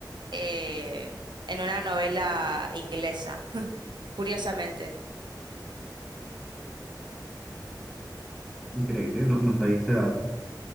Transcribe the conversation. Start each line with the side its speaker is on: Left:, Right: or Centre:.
Right: eh, en una novela inglesa, <laughs> curiosamente.
Centre: Increíble, no, no sabía ese dato.